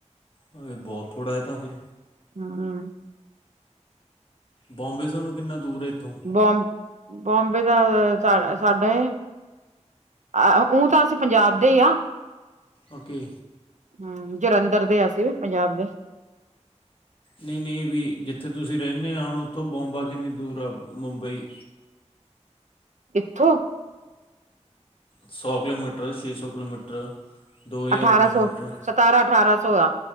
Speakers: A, on the left; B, on the right.
A: ਹਾਏ ਬਹੁਤ ਥੋੜ੍ਹਾ ਐ ਤਾਂ ਫਿਰ।
B: ਹਮ
A: ਬੋਂਬੇ ਸਾਨੂੰ ਕਿੰਨਾ ਦੂਰ ਇੱਥੋਂ?
B: ਬੌਂਬ, ਬੌਂਬੇ ਦਾ ਸਾ ਐ ਸਾਡੇ। ਅ ਊ ਤਾਂ ਅਸੀਂ ਪੰਜਾਬ ਦੇ ਆ।
A: ਓਕੇ।
B: ਹਮ, ਜਲੰਧਰ ਦੇ ਆਸੀ ਵੀ, ਪੰਜਾਬ ਦੇ
A: ਨਹੀਂ, ਨਹੀਂ ਵੀ ਜਿੱਥੇ ਤੁਸੀਂ ਰਹਿੰਣੇ ਆ, ਹੁਣ ਉੱਥੋਂ ਬੋਂਬਾ ਕਿੰਨੀ ਦੂਰ ਆ? ਮੁੰਬਈ।
B: ਇੱਥੋਂ
A: ਸੌ ਕਿਲੋਮੀਟਰ ਛੇ ਸੌ ਕਿਲੋਮੀਟਰ ਦੋ ਹਜ਼ਾਰ
B: ਅਠਾਰਾਂ
A: ਕਿਲੋਮੀਟਰ।
B: ਸੌ ਸਤਾਰਾਂ ਅਠਾਰਾਂ ਸੌ ਆ।